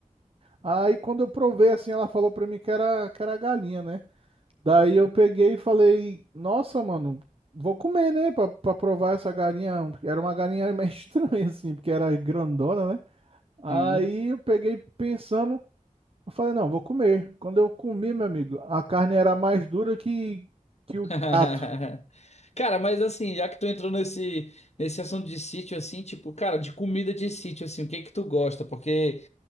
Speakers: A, on the right; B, on the left.
A: Aí quando eu provei assim, ela falou pra mim que era, que era galinha, né? Daí eu peguei e falei, nossa, mano, vou comer, né? Pra, pra provar essa galinha. Era uma galinha meio <laughs> estranha, assim, porque era grandona, né? Aí
B: Sim.
A: eu peguei pensando, eu falei, não, vou comer. Quando eu comi, meu amigo, a carne era mais dura que, que
B: <laughs>
A: o prato.
B: Cara, mas assim, já que tu entrou nesse, nesse assunto de sítio, assim, tipo, cara, de comida de sítio, assim, o que que tu gosta? Porque